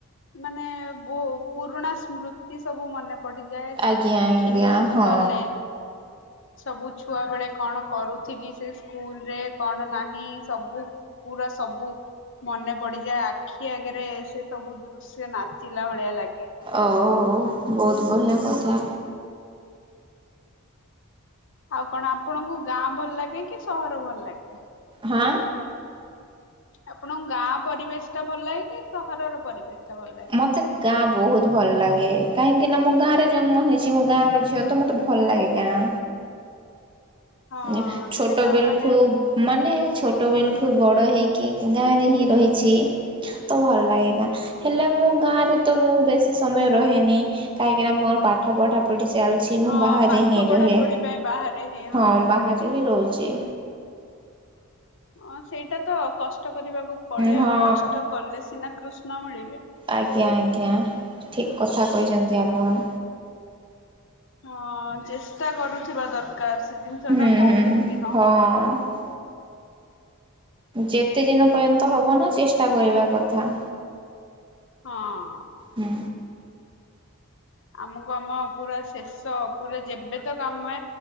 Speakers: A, on the left (about 55°); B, on the right (about 20°).
A: ମାନେ ବୋ ପୁରୁଣା ସ୍ମୃତି ସବୁ ମନେ ପଡି ଯାଏ
B: ଆଜ୍ଞା
A: ଦେଖିଲେ
B: ଆଜ୍ଞା ହଁ
A: ଗଲେ ସବୁ ଛୁଆବେଳେ କଣ କରୁଥିଲି ସେ ସ୍କୁଲରେ କଣ ନାହିଁ ସବୁ। ପୁରା ସ୍ ସବୁ ମନେ ପଡିଯାଏ ଆଖି ଆଗରେ ସେ ସବୁ ଦୃଶ୍ୟ ନାଚିଲା ଭଳିଆ ଲାଗ୍
B: ଆଉ ବହୁତ ବଢିଆ କଥା।
A: ଆଉ କଣ ଆପଣଙ୍କୁ ଗାଁ ଭଲ ଲାଗେ କି ସହର ଭଲ ଲାଗେ?
B: ହା।
A: ଆପଣଙ୍କୁ ଗାଁ ପରିବେଶଟା ଭଲ ଲାଗେ କି ସହରର ପରିବେଶ? ଟା ଭଲ ଲାଗେ
B: ମତେ ଗାଁ ବୋହୁତ ଭଲ ଲାଗେ କାହିଁକିନା ମୁଁ ଗାଁରେ ଜନ୍ମ ହେଇଚି ମୁଁ ଗାଁର ଝିଅ ତ ମତେ ଭଲ ଲାଗେ ଗାଁ।
A: ହଁ
B: ଉଁ ଛୋଟ
A: ସେଇଟା
B: ବେଲଠୁ
A: ମାନେ
B: ମାନେ ଛୋଟବେଲଠୁ ବଡ ହେଇକି ଗାଁରେ ହିଁ ରହିଛି। ତ ଭଲ ଲାଗେ ଗାଁ। ହେଲେ ମୁଁ ଗାଁରେ ତ ମୁଁ ବେଶୀ ସମୟ ରହେନି କାହିଁକି ନା ମୋ ପାଠ ପଢା ପଢି ଚାଲିଛି ମୁଁ
A: ହଁ
B: ବାହାରେ
A: ପାଠ
B: ହିଁ
A: ପଢା
B: ରୁହେ।
A: ପଢି ପାଇଁ ବାହାରେ <inaudible>
B: ହଁ ବାହାରେ ହିଁ ରହୁଛି।
A: ହଁ ସେଇଟା ତ କଷ୍ଟ କରିବାକୁ ପଡେ।
B: ହଁ
A: ଆଉ କଷ୍ଟ କଲେ ସିନା କୃଷ୍ଣ ମିଳିବେ।
B: ଆଜ୍ଞା ଆଜ୍ଞା। ଠିକ୍ କଥା କହିଛନ୍ତି ଆପଣ।
A: ହଁ ଚେଷ୍ଟା କରୁଥିବା ଦରକାର। ସେ ଜିନିଷ
B: ହୁଁ
A: ଟା ହଉ
B: ହୁଁ
A: କି ନ
B: ହଁ।
A: ହଉ?
B: ଯେତେ ଦିନ ପର୍ଯ୍ୟନ୍ତ ହବ ନା ଚେଷ୍ଟା କରିବା କଥା।
A: ହଁ।
B: ହୁଁ।
A: ଆମକୁ ଆମ ପୁରା ଶେଷ ପୁରା ଯେବେତ କାମେ